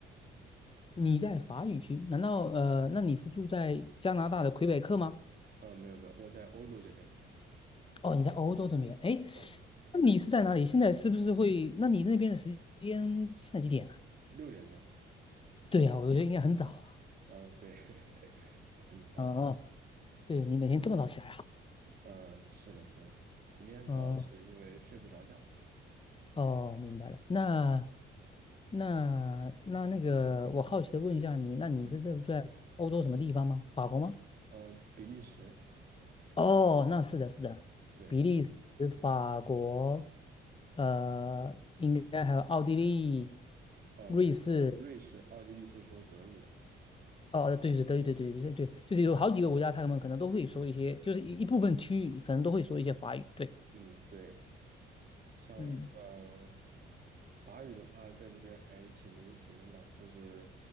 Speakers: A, on the left; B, on the right.
A: 你在法语区？难道呃，那你是住在加拿大的魁北克吗？
B: 嗯、没有没有，我在欧洲这边，
A: 哦，你在欧洲这边，哎，
B: 嗯，
A: 那你是在哪里？现在是不是会？那你那边的时间现在几点啊？
B: 六点钟，
A: 对呀，我觉得应该很早啊。
B: 嗯，对，<laughs> 很早，
A: 嗯嗯，对你每天这么早起来啊？
B: 嗯，是的，是的，今天主要是因为睡不着觉。
A: 嗯，哦，明白了。那那那那个，我好奇的问一下你，那你是住在欧洲什么地方吗？
B: 嗯。
A: 法国吗？
B: 嗯、呃比利时，
A: 哦，那是的，是的，
B: 对，
A: 比利时、法国，呃，应该还有奥地利、
B: 啊、
A: 瑞士，
B: 不是，瑞士、奥地利是说德语的，
A: 哦，对对对对对对对，就是有好几个国家，他们可能都会说一些，就是一一部分区域可能都会说一些法语。对，
B: 嗯，对，像呃，
A: 嗯，
B: 法语的话，在这边还挺流行的嘛，就是